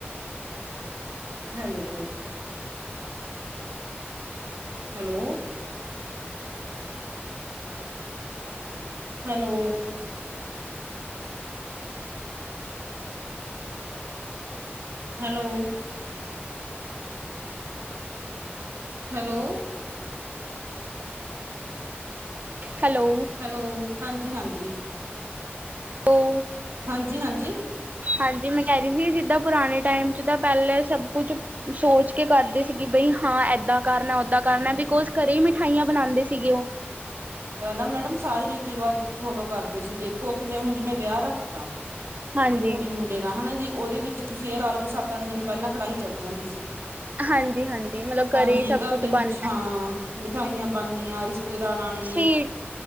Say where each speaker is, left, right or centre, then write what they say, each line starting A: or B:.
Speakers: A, on the right (about 75°); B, on the right (about 40°).
A: hello hello hello hello hello
B: hello
A: hello ਹਾਂਜੀ ਹਾਂਜੀ।
B: ਉਹ
A: ਹਾਂਜੀ ਹਾਂਜੀ।
B: ਹਾਂਜੀ ਮੈਂ ਕਹਿ ਰਹੀ ਸੀ ਜਿੱਦਾਂ ਪੁਰਾਣੇ ਟਾਈਮ ਚ ਤਾਂ ਪਹਿਲਾਂ ਈ ਸਭ ਕੁਛ ਸੋਚ ਕੇ ਕਰਦੇ ਸੀਗੇ ਬਈ ਹਾਂ ਏਦਾਂ ਕਰਨਾ, ਓਦਾਂ ਕਰਨਾ ਬਿਕੋਜ ਘਰੇ ਹੀ ਮਿਠਾਈਆਂ ਬਣਾਦੇ ਸੀਗੇ ਉਹ।
A: ਪਹਿਲਾਂ ਮੈਡਮ ਸਾਰੇ ਰੀਤੀ ਰਿਵਾਜ਼ ਫੋਲੋ ਕਰਦੇ ਸੀ ਦੇਖੋ ਕਿਵੇਂ ਹੁਣ ਜਿਵੇਂ ਵਿਆਹ ਰੱਖਤਾ
B: ਹਾਂਜੀ,
A: ਕੋਈ ਕੁੜ- ਮੁੰਡੇ ਦਾ ਹਨਾ ਜੀ ਉਹਦੇ ਵਿੱਚ ਤੁਸੀਂ ਇਹ ਲਾ ਲਓ ਵੀ ਸੱਤ, ਅੱਠ ਦਿਨ ਪਹਿਲਾਂ ਕੜਾਹੀ ਚੜ ਜਾਂਦੀ ਸੀ।
B: ਹਾਂਜੀ ਹਾਂਜੀ ਮਤਲਬ
A: ਹਾਂਜੀ
B: ਘਰੇ ਹੀ ਸਭ
A: ਘਰ
B: ਕੁੱਛ
A: ਦੇ
B: ਬਣ
A: ਵਿੱਚ ਹਾਂ ਮਿਠਾਈਆਂ ਬਣਨੀਆਂ ਰਿਸ਼ਤੇਦਾਰਾਂ ਨੇ
B: ਸਵੀਟ